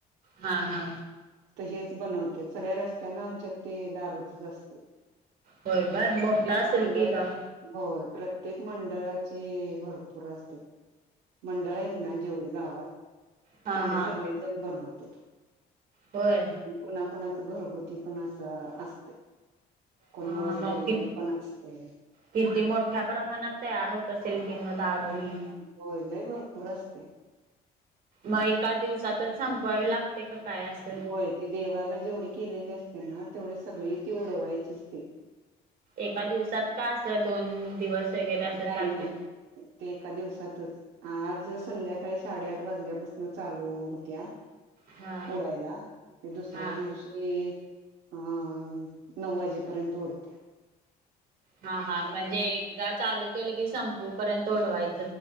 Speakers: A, on the right; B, on the right.
A: हा हा
B: हेच बनवते सगळ्या रस्त्यांना आमच्यात ते दारूचच असते
A: होय काय
B: प्रत्येक
A: मोठा असेल
B: मंड
A: की गाव
B: होय प्रत प्रत्येक मंडळाची भरपूर असते मंडळ आहेत ना जेवढी गावात
A: हा
B: तेवढे
A: हा
B: सगळे जण बनवते
A: होय
B: कुणाकुणाच घरगुती पण असं असते को
A: हा
B: नवस
A: मग
B: बोललेलं
A: कि
B: पण असते
A: किती मोठ्या प्रमाणात तयार होत असेल ति म दारू ही
B: होयले भरपूर असते
A: मग एका दिवसातच संपवावी लागते का काय असं?
B: होय ते देवाला जेवढी केलेली असते ना तेवढे सगळी ती ओडवायचे अस ते
A: एका दिवसात का अस दोन दिवस वगैरे असं
B: नाही
A: चालते?
B: नाही ते एका दिवसातच आज संध्याकाळी साडेआठ वाजल्यापासून चालू होत्या
A: हा
B: डायला ते दुसऱ्या
A: हा
B: दिवशी अ नऊ वाजेपर्यंत उढत्या
A: हा हा म्हणजे एकदा चालू केलं की संपू पर्यंत ओडवायचं